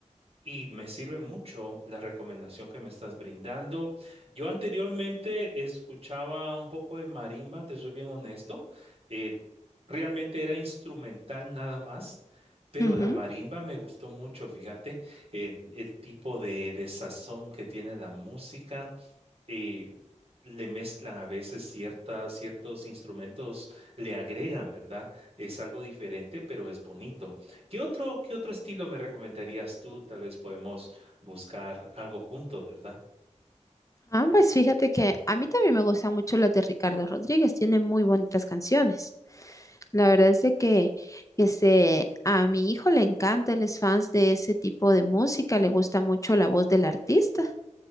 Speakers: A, on the right; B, on the left.
A: y me sirve mucho la recomendación que me estás brindando. Yo anteriormente escuchaba un poco de marimba, te soy bien honesto. eh, realmente era instrumental nada más, pero
B: Ujú,
A: la
B: ujú.
A: marimba me gustó mucho, fíjate, el, el tipo de de sazón que tiene la música eh, le mezclan a veces ciertas, ciertos instrumentos, le agregan, ¿verdad? Es algo diferente, pero es bonito. ¿Qué otro, qué otro estilo me recomendarías tú? Tal vez podemos buscar algo juntos, ¿verdad?
B: Ah, pues fíjate que a mí también me gustan mucho las de Ricardo Rodríguez, tiene muy bonitas canciones. La verdad es de que este, a mi hijo le encanta, él es fans de ese tipo de música, le gusta mucho la voz del artista